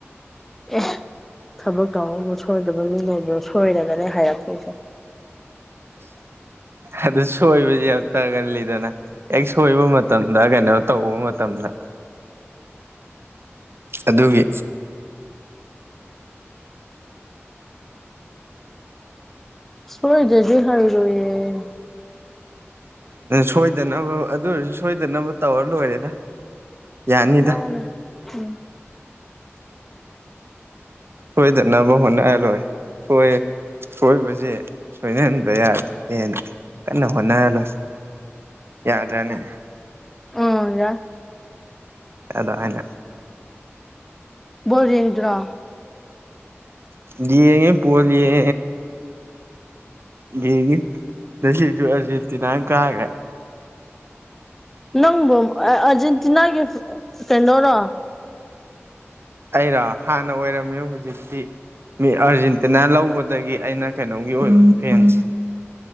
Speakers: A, in the centre; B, on the right.
A: ꯑꯦ ꯊꯕꯛ ꯇꯧꯅꯕꯕꯨ ꯁꯣꯏꯗꯕ ꯃꯤ ꯂꯩꯕ ꯁꯣꯏꯔꯒꯅꯦ ꯍꯥꯏꯔꯛꯄꯁꯦ
B: ꯑꯗꯨ ꯁꯣꯏꯕꯁꯤ ꯌꯥꯝ ꯇꯥꯒꯜꯂꯤꯗꯅ ꯍꯦꯛ ꯁꯣꯏꯕ ꯃꯇꯝꯗ ꯀꯩꯅꯣ ꯇꯧꯕ ꯃꯇꯝꯗ ꯑꯗꯨꯒꯤ
A: ꯁꯣꯏꯗꯦꯗꯤ ꯍꯥꯏꯔꯣꯏꯌꯦꯦ
B: ꯁꯣꯏꯗꯅꯕ ꯑꯗꯨ ꯑꯣꯏꯔꯁꯨ ꯁꯣꯏꯗꯅꯕ ꯇꯋꯔ ꯂꯣꯏꯔꯦꯗ ꯌꯥꯅꯤꯗ
A: ꯃꯥꯎꯅꯦ ꯎꯝ
B: ꯁꯣꯏꯗꯅꯕ ꯍꯣꯠꯅꯍꯜꯂꯣꯏ ꯁꯣꯏ ꯁꯣꯏꯕꯁꯦ ꯁꯣꯏꯅꯍꯟꯕ ꯌꯥꯗꯦꯅ ꯀꯟꯅ ꯍꯣꯠꯅꯔꯂꯣꯏ ꯌꯥꯗ꯭ꯔꯥꯅꯦ
A: ꯍ ꯌꯥ
B: ꯑꯗ ꯍꯥꯏꯅ
A: ꯕꯣꯔ ꯌꯦꯡꯗ꯭ꯔꯣ
B: ꯂꯉ ꯄꯂꯤ ꯌꯦ ꯌꯦꯡꯉ ꯉꯁꯤꯁꯨ ꯑꯥꯔꯖꯦꯟꯇꯤꯅꯥꯅ ꯀꯥꯈ꯭ꯔꯦ
A: ꯅꯪꯕꯨ ꯑꯔꯖꯦꯟꯇꯤꯅꯥꯒꯤ ꯀꯩꯅꯣꯔꯣ
B: ꯑꯩꯔꯣ ꯍꯥꯟꯅ ꯑꯣꯏꯔꯝꯃꯦ ꯍꯧꯖꯤꯛꯇꯤ ꯃꯤ ꯑꯥꯔꯖꯦꯟꯇꯤꯅꯥ ꯂꯧꯕꯗꯒꯤ ꯑꯩꯅ ꯀꯩꯅꯣꯝꯒꯤ ꯑꯣꯏꯕ ꯐꯦꯟꯁꯦ